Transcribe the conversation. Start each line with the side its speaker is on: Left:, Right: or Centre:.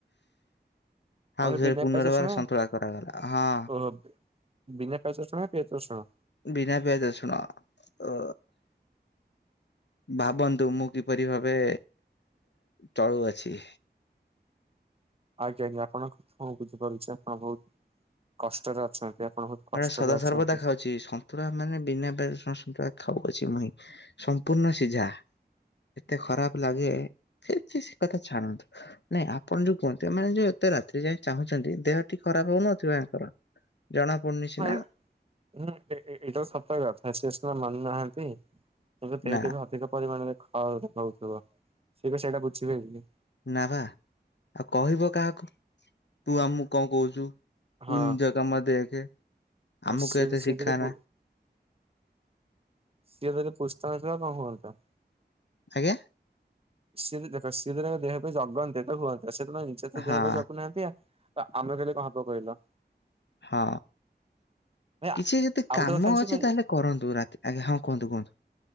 Right: ମାନେ
Left: ହାଉସରେ
Right: ବିନା
Left: ପୁନର୍ବାର
Right: ପିଆଜ ରସୁଣ
Left: ସନ୍ତୁଳା କରାଗଲା ହଁ।
Right: ଓହୋ ବିନା ପିଆଜ ରସୁଣ ନା ପିଆଜ ରସୁଣ
Left: ବିନା ପିଆଜରସୁଣ ଅ ଭାବନ୍ତୁ ମୁଁ କିପରି ଭାବେ ଚଳୁଅଛି।
Right: ଆଜ୍ଞା ଆଜ୍ଞା ଆପଣଙ୍କ କଥା ମୁଁ ବୁଝିପାରୁଛି ଆପଣ ବହୁତ କଷ୍ଟରେ ଅଛନ୍ତି। ଆପଣ ବହୁତ କଷ୍ଟରେ
Left: ଏଗୁଡ଼ା ସଦାସର୍ବଦା
Right: ଅଛନ୍ତି।
Left: ଖାଉଛି ସନ୍ତୁଳା ମାନେ ବିନା ପିଆଜ ରସୁଣ ଖାଉ ଅଛି ମୁଇଁ ସମ୍ପୂର୍ଣ୍ଣ ସିଝା। ଏତେ ଖରାପ ଲାଗେ ସେ ସେ କଥା ଛାଣନ୍ତୁ ନାଇଁ ଆପଣ ଯୋଉ କୁହନ୍ତୁ ମାନେ ଯୋଉ ଏତେ ରାତ୍ରି ଯାଇ ଚାହୁଁଛନ୍ତି ଦେହ ଟିକେ ଖରାପ ହଉନଥିବ ୟାଙ୍କର ଜଣା ପଡୁନି ସିନା
Right: ହ ହଁ ଏଟା ସତ କଥା ସେ ସିନା ମାନୁନାହାଁନ୍ତି। ଦେହଟି
Left: ନା
Right: ବି ଅଧିକ ପରିମାଣରେ ଖରାପ ହେଉଥିବ ସେ ସେଇଟା ବୁଝିବେନି।
Left: ନାବା ଆଉ କହିବ କାହାକୁ ତୁ ଆମକୁ କଣ କହୁଛୁ। ତୁ
Right: ହଁ
Left: ନିଜ କାମ ଦେଖେ।
Right: ହଁ
Left: ଆମକୁ
Right: ସିଏ
Left: ଏତେ
Right: ଯଦି ସିଏ
Left: ଶିଖାନା।
Right: ଯଦି ପୁ ସିଏ ତାହଲେ ପୁସ୍ତାଥିଲା କଣ କରତା <unintelligible>
Left: ଆଜ୍ଞା।
Right: ସିଏ ଦେଖ ସିଏଦିନ ଦେହ ପାଇଁ ଜଗନ୍ତି ତ ହୁଅନ୍ତା ସେଦିନ ନିଜେ ତ
Left: ହଁ
Right: ଦେହ ପାଇଁ ଜଗୁନାହାଁନ୍ତି ଆଉ ତ ଆମେ କହିଲେ କଣ ହବ କହିଲ।
Left: ହଁ।
Right: ଭାଇ
Left: କିଛି ଯଦି
Right: ଆଉ
Left: କାମ
Right: ଗୋଟେ କଥା ଜାଣିଛ
Left: ଅଛି
Right: ନା
Left: ତାହେଲେ କରନ୍ତୁ। ରାତି ଆଜ୍ଞା ହଁ, କୁହନ୍ତୁ, କୁହନ୍ତୁ।